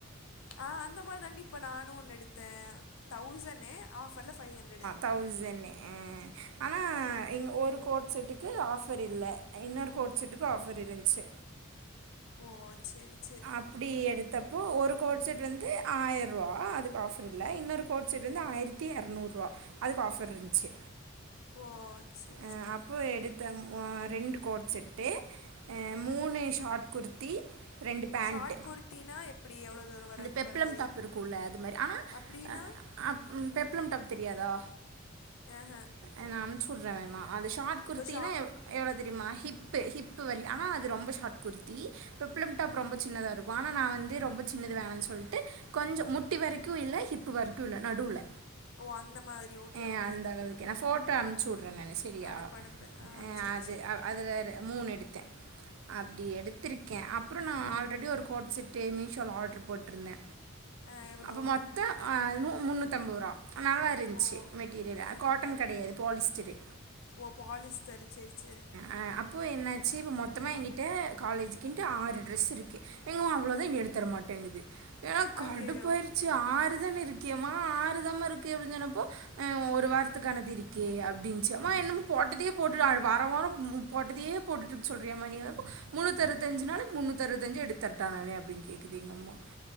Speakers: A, on the left; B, on the right.
A: ஆ அந்த மாரி தான்டி இப்ப நானும் ஒன்னு எடுத்தே தௌசண்னு ஆஃப்ர்ல ஃபைவ் ஹண்ட்ரடு
B: தௌசண்ணு ஆ ஆனா இங்க ஒரு கோட் செட்டுக்கு ஆஃபர் இல்ல இன்னொரு கோட் செட்டுக்கு ஆஃபர் இருந்ச்சு
A: ஓ செரி செரி
B: ப்புடி எடுத்தப்போ ஒரு கோட் செட் வந்து ஆயிர்ரூவா அதுக்கு ஆஃபர் இல்ல இன்னொரு கோட் செட் வந்து ஆயிரத் த்தி எரநூறுவா அதுக்கு ஆஃபர் இருந்த்ச்சு
A: ஓ சே
B: ஆ அப்போ எடுத் தம் அ ரெண்டு கோட் செட்டு அ
A: ஆ
B: மூணு ஷார்ட் குர்த்தி ரெண்டு பேண்ட்டு
A: ஷார்ட் குர்த்தினா எப்படி எவ்வளோ தூரம் வராக்கி
B: இந்த பெப்ளம்
A: வர மாதிரி
B: டாப் இருக்குல்ல அது மாரி ஆனா
A: அப்படின்னா
B: அ ஆப் ம் பெப்ளம் டாப் தெரியாதா
A: ஆ ஆ
B: அ நா அம்ச்சு உட்றே வேணா அது ஷார்ட் குர்த்தினா
A: இப்போ ஷா
B: எவ் அ எவ்ளோ தெரியுமா ஹிப்பு ஹிப்பு வரை ஆனா அது ரொம்ப ஷார்ட் குர்த்தி பெப்ளம் டாப் ரொம்ப சின்னதா இருக்கும் ஆனா நா வந்து ரொம்ப சின்னது வேணான் சொல்ட்டு கொஞ்சம் முட்டி வரைக்கும் இல்ல ஹிப்பு வரைக்கும் இல்ல நடுவுல
A: ஓ அந்த மாதிரி ஓகே
B: ஏ
A: ஓகே
B: அந்த அளவுக்கு நா ஃபோட்டோ அம்ச்சு உட்றேன் நானு ஸ் சரியா
A: அனுப்பு அனுப்பு
B: ஆ
A: சரி
B: அது
A: சரி
B: அ அதுல ஒரு மூணு எடுத்தே அப்டி எடுத்துருக்கே அப்புறோ நா ஆல்ரெடி ஒரு கோட் செட்டு மீஷோல ஆட்ரு போட்ருந்தே
A: ஆ எவ்வளோ
B: அப்ப மொத்தோ ஆ நு முன்னூத்தம்பதுரூவா அ நல்லா இருந்ச்சு
A: ஓ
B: மெட்டீரியல் அது
A: ஆ
B: காட்டன் கடையாது பாலிஸ்டரு
A: ஓ பாலிஸ்டரு செரி செரி
B: ஆ அப்போ என்னாச்சு இப்போ மொத்தமா ஏங்கிட்ட காலேஜக்கின்ட்டு ஆறு ட்ரெஸ் இருக்கு எங்கம்மா அவ்ளோதா இனி எடுத்தர மாட்டேங்குது ஏன்னா கடுப்பாயிறுச்சு
A: ஐயோ
B: ஆறுதான இருக்கியமா ஆறுதாமா இருக்கு அப்டின்னு சொன்னப்போ ஒரு வாரத்துக்கு ஆனதிரி கே அப்டீன்னுச்சு அம்மா என்னமா போட்டதையே போட்டு வார வாரம் போட்டதையே போட்டுட்ருக்க சொல்றீயமா நீ எப்போ முன்னூத்து அறுவத்தஞ்சு நாலு முன்னூத்து அறுவத்தஞ்சு எடுத்தரட்டா நானு அப்டீன்னு கேக்குது எங்க அம்மா